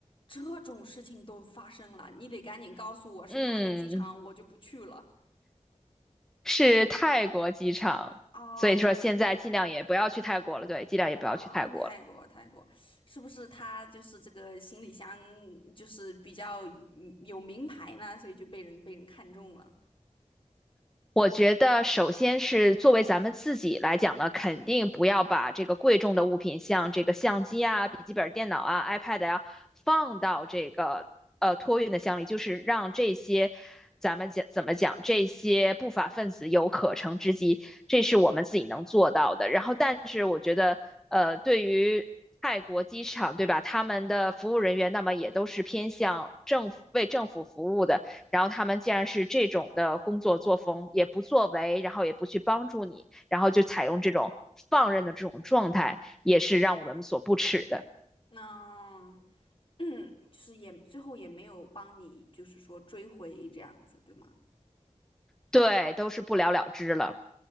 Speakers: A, on the left (about 45°); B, in the centre.
A: 这种事情都发生了，你得赶紧告诉我是哪个机场，
B: 嗯。
A: 我就不去了。
B: 是泰国机场，
A: 哦，
B: 所以说现在尽量也不要去泰国了，
A: 太梗
B: 对，尽量也不要去泰国了。
A: 啊，泰国泰国，是不是他就是这个行李箱就是比较嗯有名牌呢？所以就被人被人看中了。
B: 我觉得，首先是作为咱们自己来讲呢，肯定不要把这个贵重的物品，像这个相机啊、笔记本电脑啊、iPad 呀、放到这个呃托运的箱里，就是让这些咱们讲怎么讲，这些不法分子有可乘之机，这是我们自己能做到的。然后，但是我觉得，呃，对于泰国机场，对吧？他们的服务人员，那么也都是偏向政府，为政府服务的。然后他们既然是这种的工作作风，也不作为，然后也不去帮助你，然后就采用这种放任的这种状态，也是让我们所不齿的。
A: 那 <clears throat> 就是也最后也没有帮你，就是说追回这样子，对吗？
B: 对，都是不了了之了。